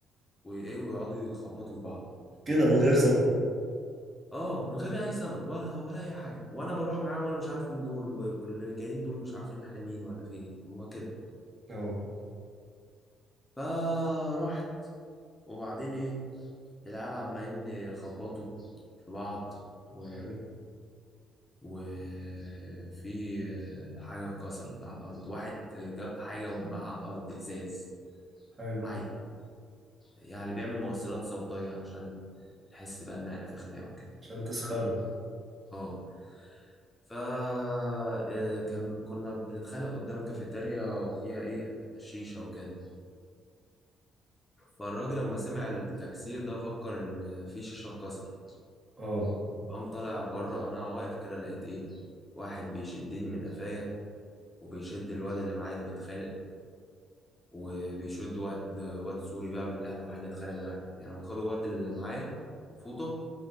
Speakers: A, on the left; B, on the right.
A: وايه ويقعدوا يخبطوا في بعض
B: كده من غير سبب
A: اه من غير اي سبب ولا ولا اي حاجه وانا بروح معاهم وانا مش عارف مين دول و- واللي جايين دول مش عارفين احنا مين ولا في ايه هما كده
B: اه
A: فرحت وبعدين ايه العيال عمالين يخبطوا في بعض و...
B: حلو
A: وفي حاجه اتكسرت على الارض واحد جاب حاجه ورماها على الارض ازاز
B: حلو
A: عاي يعني بيعمل مؤثرات صوتية عشان نحس بقى إن إحنا في خناقة وكده
B: عشان تسخنه
A: أه فا آه، كان كنا بنتخانق قدام كافيتيريا وفيها إيه شيشة وكده فالراجل لما سمع التكسير ده فكر إن في شيشة اتكسر
B: اه
A: قام طالع بره أنا واقف كده لقيت إيه واحد بيشدني من قفايا وبيشد الواد اللي معايا اللي بتخانق وبيشد واد واد سوري بقى من اللي احنا رايحين نتخانق معاه يعني خدوا واد اللي معايا فوطه